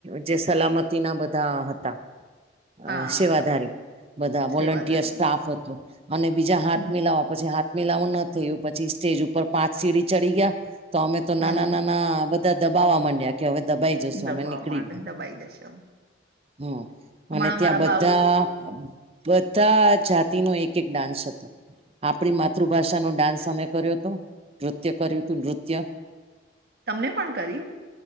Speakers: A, on the right; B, on the right.
A: જે સલામતીના બધા હતા. અ
B: હા
A: સેવાધારી બધા વોલન્ટિયર
B: સેવાદારી
A: સ્ટાફ હતો અને બીજા હાથ
B: હમ
A: મિલાવા. પછી હાથ મિલાવ ન થયું પછી સ્ટેજ ઉપર પાંચ સીડી ચડી ગયા. તો અમે તો
B: હમ
A: નાના નાના બધા દબાવા માંડ્યા કે હવે દબાઈ. જશું
B: દબાવ
A: અમે નીકળી
B: માં
A: ગયા
B: દબાઈ જશે.
A: હમ
B: હમણાં
A: અને ત્યાં
B: મારા
A: બધા.
B: બાઉ
A: બધા જાતિનોો એક એક ડાન્સ હતો. આપણી માતૃભાષાનોો ડાન્સ અમે કર્યો હતો. નૃત્ય કર્યું હતું નૃત્ય.
B: તમને પણ કર્યું.